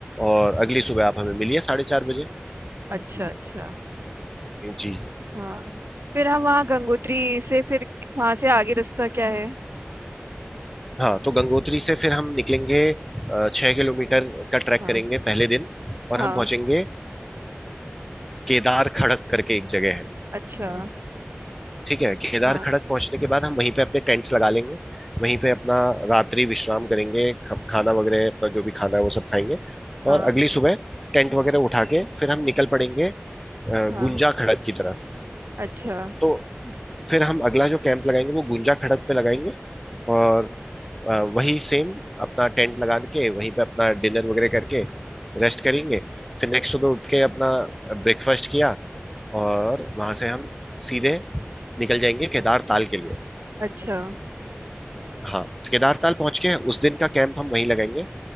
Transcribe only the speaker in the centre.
और अगली सुबह आप हमें मिलिए साढ़े चार बजे
जी
हाँ तो गंगोत्री से फिर हम निकलेंगे अ, छः किलोमीटर का ट्रैक
करेंगे पहले दिन और
हम पहुँचेंगे केदार खड़क करके एक जगह है
ठीक है केदार
खड़क पहुंचने के बाद हम वहीं पे अपने टेंट्स लगा लेंगे वहीं पे अपना रात्रि विश्राम करेंगे ख- खाना वगैरह अपना जो भी खाना है वो सब खाएंगे
और अगली सुबह टेंट वगैरह उठा के फिर हम निकल पड़ेंगे अ,
गुंजा खड़क की तरफ
तो फिर हम अगला जो कैंप लगाएंगे वो गुंजा खड़क पे लगाएंगे और अ, वही सेम अपना टेंट लगा के वहीं पे अपना डिनर वगैरह करके रेस्ट करेंगे फिर नेक्स्ट सुबह उठ के अपना ब्रेकफास्ट किया और वहां से हम सीधे निकल जाएंगे केदार ताल के लिए
हाँ केदारताल पहुंच के उस दिन का कैंप हम वहीं लगाएंगे